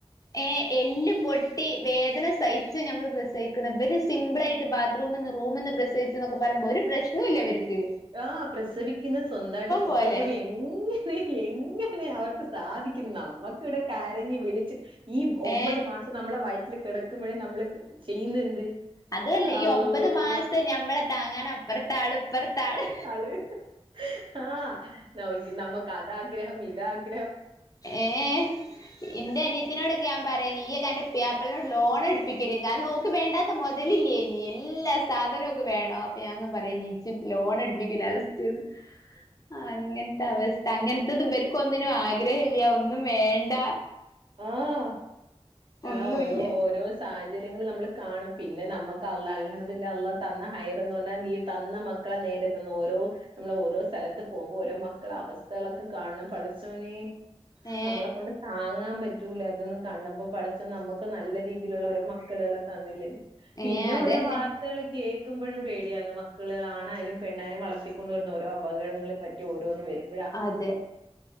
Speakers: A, on the left (about 35°); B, on the right (about 50°).
A: ഏഹ എല്ല് പൊട്ടി വേദന സഹിച്ച് നമ്മൾ പ്രസവിക്കണ് ഇവര് സിമ്പിൾ ആയിട്ട് ബാ റൂമ്ന്ന് റൂമ്ന്ന് പ്രസവിച്ചു എന്നൊക്കെ പറയ്പോ ഒരു പ്രശ്നവും ഇല്ല ഇവര്ക്ക്.
B: ആഹ് പ്രസവിക്കുന്ന സ്വന്തമായിട്ട് പുക്കൾ
A: പോലെ
B: കുടി എങ്ങ എങ്ങനെ അവർക്ക് സാധിക്കും നമ്മക്കി ഇവ്ടെ കരഞ്ഞു വിളിച്ച്. ഈ ഒമ്പത്
A: ഏ
B: മാസം നമ്മളെ വയറ്റില് കിടക്കുമ്പോഴേ നമ്മള് ചെയ്യുന്നു എന്ത്?
A: അതുഅല്ല ഈ
B: അള്ള
A: ഒമ്പത് മാസം ഞമ്മളെ താങ്ങാന അപ്പറത്താള് ഇപ്പറത്താള്.
B: അളു ആഹ നമ്മക്കദാ ആഗ്രഹം ഇതാക്
A: ഏഹ് ഇന്റെ അനിയത്തിനോടൊക്കെ ഞാൻ പറയ്ന് ഇയ്യാക്കെ അന് പിയാപ്പിളനോട് ലോൺ എടു തിക്ക കാരണം ഓക്ക് വേണ്ടാത്ത മുതലില്ലേയ്നി എല്ലാ സാധനവും ഓക് വേണോ അപ്പ ഞാനിങ്ങനെ പറയേനി ചിപ് ലോണെടുപ്പിക്കും ലാസ്റ്റ് ദ്അങ്ങനത്തെ അവസ്ഥ അങ്ങനത്തത് ഇവര് ഒന്നിനും ആഗ്രഹമില്ല ഒന്നും വേണ്ട.
B: ആഹ് ആഹ്
A: ഒന്നുല്ല
B: ഓരോ ഓരോ സ് സാഹചര്യങ്ങൾ നമ്മൾ കാണും പിന്നെ നമുക്ക് അള്ള അൽഹംദുലില്ലാ അള്ള തന്ന ഹൈർ എന്ന് പറഞ്ഞാൽ നീ തന്ന മ ക്കളെ നേരെ തന്ന് ഓരോ നമ്മള് ഓരോ സ്ഥലത്ത് പോകുമ്പോൾ ഓരോ മക്കളെ അവസ്ഥകളൊക്കെ കാണണം പട ച്ചോനേ
A: ഏ
B: നമ്മളെ കൊണ്ട് താങ്ങാൻ പറ്റ റ്റൂല അതൊന്നും കണ്ടണപ്പോ പടച്ചോൻ നമ്മുക്ക് നല്ല രീതിയിലുള്ള ഓരോ മക്കളേളെ തന്നില്ലേ? പിന്നെ
A: ഏ അതന്നെ
B: ഓരോ വാർ ത്തേള് കേൾക്കുമ്പൊഴും പേടിയാന്ന് മക്കളേള് ആണായാലും പെണ്ണായാലും വളർത്തിക്കൊണ്ടുവരുന്ന ഓരോ അപകടങ്ങളെ പറ്റി ഓരോന്ന് വരും.
A: അതെ